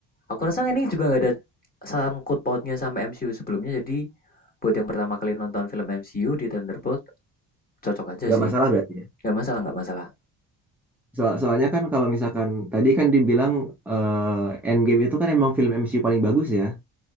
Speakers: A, on the left; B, in the centre.
A: Aku rasa ini juga nggak ada sangkut pautnya sama MCU sebelumnya, jadi buat yang pertama kali nonton film MCU di Thunderbolt cocok aja
B: gak
A: sih.
B: masalah berarti. ya?
A: Nggak masalah, nggak masalah.
B: So- soalnya kan kalau misalkan tadi kan dibilang eh, Endgame itu kan emang film MCU paling bagus ya.